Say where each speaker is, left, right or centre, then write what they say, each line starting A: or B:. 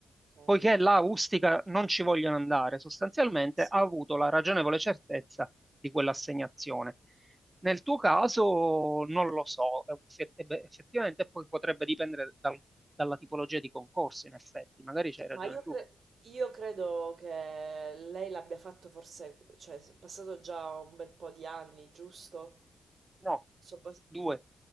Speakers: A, on the right; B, on the right.
A: ok,
B: poiché là a Ustica non ci vogliono andare, sostanzialmente
A: Sì.
B: ha avuto la ragionevole certezza di quell'assegnazione. Nel tuo caso non lo so, effe- ebbe- effettivamente poi potrebbe dipendere dal- dalla tipologia di concorso, in effetti, magari c'hai ragione
A: Ma io,
B: tu.
A: cre- io credo che lei l'abbia fatto forse, cioè è passato già un bel po' di anni, giusto?
B: No,
A: Sono passati
B: due,